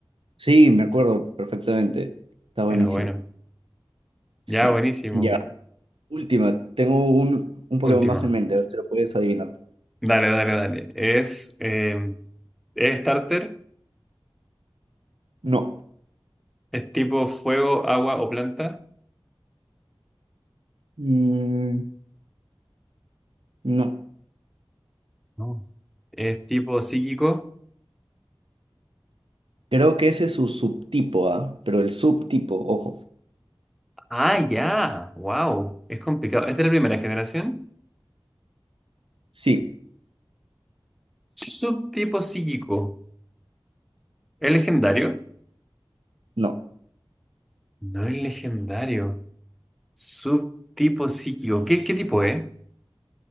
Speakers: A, on the right; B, in the centre.
A: Sí, me acuerdo perfectamente. Está
B: Era
A: buenísimo.
B: bueno.
A: Sí.
B: Ya, buenísimo.
A: Ya. Última. Tengo un, un Pokémon
B: Última.
A: más en mente. A ver si lo puedes adivinar.
B: Dale, dale, dale. Es, eh, es starter,
A: No.
B: es tipo fuego, agua o planta,
A: Mm, no.
B: No. es tipo psíquico.
A: Creo que ese es su subtipo, ¿ah? Pero el subtipo, ojo.
B: Ah, ya. Wow. Es complicado. Es de la primera generación.
A: Sí.
B: Subtipo psíquico. ¿Es legendario?
A: No.
B: No es legendario. Subtipo psíquico. ¿Qué, qué tipo es?